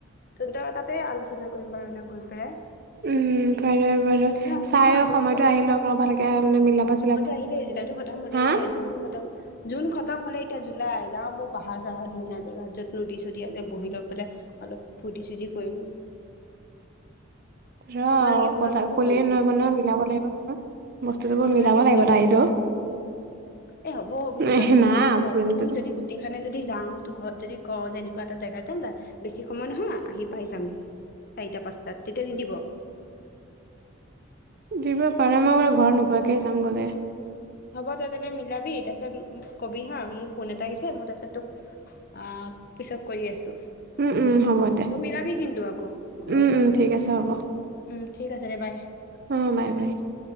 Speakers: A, on the left (about 45°); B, on the right (about 45°).
A: ত ত তাতে আলোচনা কৰিম বাৰু এনেক গৈ পেলাই।
B: উম বাৰে বাৰে
A: তই ন আহিবি
B: চাই
A: নহয়
B: ৰ
A: আগষ্টত
B: সময়তো আহিলক ৰ ভালকে। মানে মিলাব
A: সময়তো
B: চিলাব
A: আহিলেই, জুলাইটো খতম হলেই
B: হা
A: দে জুনতটো খতম জুন খতম হলেই, এতিয়া জুলাই যাওঁ বৌ পাহাৰ চাহাৰ ধুনীয়া জেগাত যত নদী চদী আছে বহি লৈ পেলাই অলপ ফূৰ্তি চূৰ্তি কৰিম।
B: ৰ
A: নহলে কি বুঢ়া
B: কলা
A: বয়সক
B: ক'লেই
A: কৰিম,
B: নহ'ব নহয় মিলাব লাগিব নহয় বস্তুটো বোৰ
A: নহলেকি
B: মিলাব
A: বুঢ়া
B: লাগিব
A: বয়সক
B: তাইতো
A: ফুৰিব? এ হব মিলোৱাটো
B: নাই
A: মিলাম ত,
B: ফুৰিমটোতো
A: আমি যদি গোটেই খানে যদি যাওঁ, তোৰ ঘৰত যদি কওঁ যেনে বা এটা জেগাত যাম, বেছি সময় নহয় আহি পাই যামহি চাৰিটা পাঁচটাত তেতিয়া নিদিব?
B: নিদিব পাৰে। মই ব ঘৰত নোকোৱাকেহে যাং গ'লে।
A: হ'ব তই তেনে মিলাবি তাৰপিছত মোক কবি হা। মোৰ ফোন এটা আহিছে মই তাৰপিছত তোক আহ পিছত কৰি আছো
B: উম উম হ'ব দে
A: তই মিলাবি কিন্তু আকৌ। ঘৰত
B: উম উম ঠিক আছে হ'ব
A: উম ঠিক আছে দে বাই।
B: অঁ বাই বাই